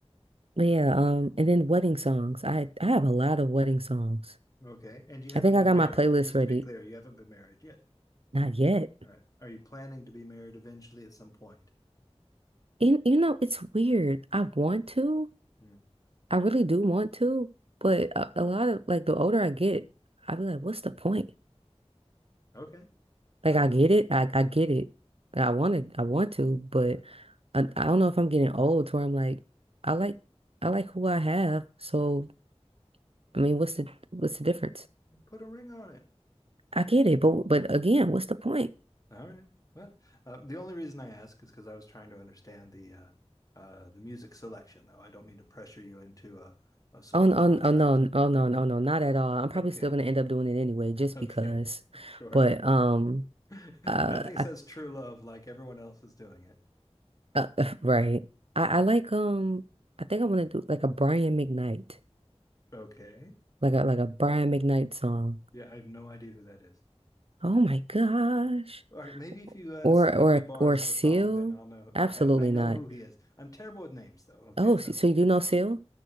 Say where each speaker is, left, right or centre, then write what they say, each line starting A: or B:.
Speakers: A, on the right; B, on the left.
A: But yeah, um, and then wedding songs. I I have a lot of wedding songs.
B: Okay. And you haven't
A: I think
B: been
A: I got
B: married,
A: my playlist
B: just
A: ready.
B: to be clear, you haven't been married yet.
A: Not yet.
B: All right. Are you planning to be married eventually at some point?
A: And you know, it's weird. I want to.
B: Hmm.
A: I really do want to, but a, a lot of like the older I get, I be like, what's the point?
B: Okay. All
A: Like
B: right.
A: I get it. I I get it. I want it. I want to, but
B: Sure.
A: I, I don't know if I'm getting old to where I'm like, I like I like who I have. So I mean, what's the what's the difference?
B: Put a ring on it.
A: I get it, but but again, what's the point?
B: All right. Well, uh, the only reason I ask is because I was trying to understand the uh, uh, the music selection, though. I don't mean to pressure you into a, a social
A: Oh, no,
B: contract.
A: oh, no, oh, no,
B: <laughs>
A: no, no, not at all. I'm probably
B: Okay.
A: still gonna end up doing it anyway, just
B: Okay.
A: because.
B: Sure.
A: But um,
B: <laughs>
A: uh,
B: Nothing
A: I,
B: says true love like everyone else is doing it.
A: uh, <laughs> right. I, I like um, I think I want to do like a Brian McKnight,
B: Okay.
A: like a like a Brian McKnight song.
B: Yeah, I have no idea who that is.
A: Oh my gosh,
B: All right. Maybe if you uh,
A: or
B: sing
A: or
B: a few bars
A: or Seal?
B: of a song, then I'll know.
A: Absolutely
B: uh, I, I know
A: not.
B: who he is. I'm terrible with names, though. Okay.
A: Oh,
B: So
A: so so you do know Seal?